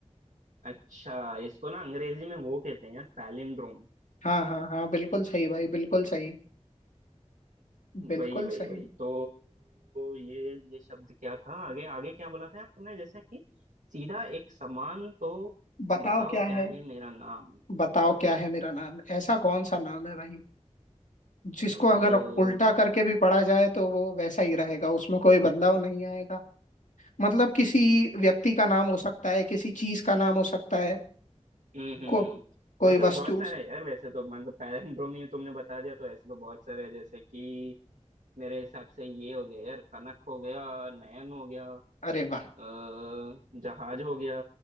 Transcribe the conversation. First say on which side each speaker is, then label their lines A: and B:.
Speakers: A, on the right; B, on the left.
A: अच्छा इसको ना अंग्रेजी में वो कहते हैं यार पैलिंड्रोम
B: हाँ हाँ हाँ बिल्कुल सही भाई बिल्कुल सही बिल्कुल
A: वही वही
B: सही
A: वही तो ये ये शब्द क्या था आगे आगे क्या बोला था यार तुमने जैसा कि सीधा एक समान तो
B: बताओ
A: बताओ
B: क्या
A: क्या
B: है
A: है मेरा नाम
B: बताओ क्या है मेरा नाम ऐसा कौन सा नाम है भाई जिसको
A: अ, हम्म
B: अगर उल्टा करके भी पढ़ा जाए तो वो वैसा ही रहेगा उसमें कोई बदलाव नहीं आएगा मतलब किसी व्यक्ति का नाम हो सकता है किसी चीज का नाम हो सकता है
A: हम्म, हम्म।
B: को कोई
A: ऐसे तो
B: वस्तु
A: बहुत सारे हैं यार वैसे तो मतलब पैलिंड्रोमी तुमने बता दिया तो ऐसे तो बहुत सारे हैं जैसे कि मेरे हिसाब से ये हो गया यार कनक हो गया नयन हो गया
B: अरे वाह
A: अ, जहाज हो गया